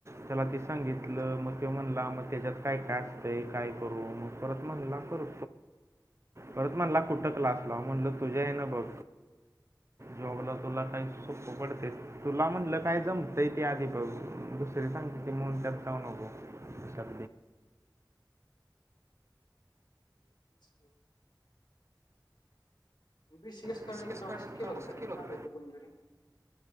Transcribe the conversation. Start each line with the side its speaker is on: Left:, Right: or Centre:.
Right: त्याला ते सांगितलं मग ततो म्हणला मग त्याच्यात काय काय असतं काय करू मग परत म्हणला करू
Left: <unintelligible>
Right: परत म्हणला कुठं क्लास लाव म्हणलं तुझ्या हे ना बघ. जॉबला तुला काही सोप्प पडते. तुला म्हटलं काय जमत इ ती आधी भाऊ दुसरी सांगते की म्हून त्यात जाऊ नको. क
Left: ब <unintelligible> बीसी एस करण्याने
Right: पी सी
Left: का
Right: काढून
Left: असंच केलं होत
Right: असं
Left: काय सांगितलं
Right: होतं
Left: कोणीतरी?